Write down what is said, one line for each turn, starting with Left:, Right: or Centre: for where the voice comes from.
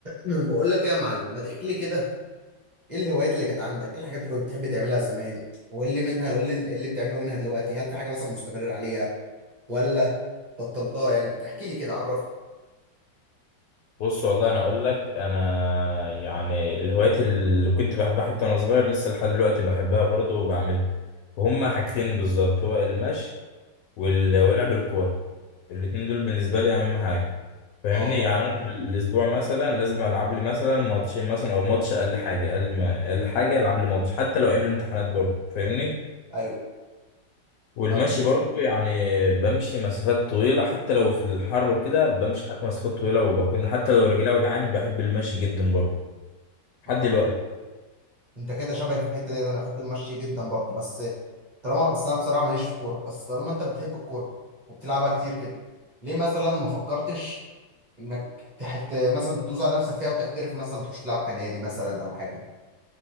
Right: أنا بقول لك ايه يا معلم ما تحكي لي كده ايه الهوايات اللي كانت عندك ايه الحاجات اللي كنت بتحب تعملها زمان وايه اللي منها وايه اللي إيه اللي بتعمله منها دلوقتي هل في حاجه مثلا مستمر عليها ولا بطلتها يعني احكي لي كده عرفني
Left: بص والله انا اقول لك انا يعني الهوايات اللي كنت بحبها حتى وانا صغير لسه لحد دلوقتي بحبها برضه وبعملها وهما حاجتين بالظبط هو المشي وال- ولعب الكوره الاتنين دول بالنسبه لي اهم حاجه فاهمني
Right: اه
Left: يعني انا في الاسبوع مثلا لازم العب لي مثلا ماتشين مثلا او ماتش اقل حاجه اقل ما اقل حاجه العب لي ماتش حتى لو ايام الامتحانات برضه فاهمني
Right: ايوه
Left: والمشي
Right: طب
Left: برضو يعني بمشي مسافات طويلة حتى لو في الحر وكده بمشي حتى مسافات طويلة وبكون حتى لو رجلي وجعاني بحب المشي جدا برضو لحد
Right: اه
Left: دلوقتي
Right: انت كده شبهي في الحته دي انا بحب المشي جدا برضه بس طالما بس انا بصراحه ماليش في الكوره بس طالما انت بتحب الكوره وبتلعبها كتير كده ليه مثلا ما فكرتش انك تحت مثلا تدوس على نفسك فيها وتحترف مثلا تخش تلعب في نادي مثلا او حاجه